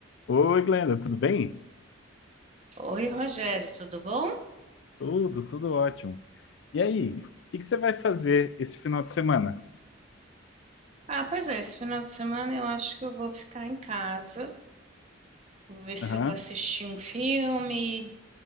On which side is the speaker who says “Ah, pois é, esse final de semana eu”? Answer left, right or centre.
Right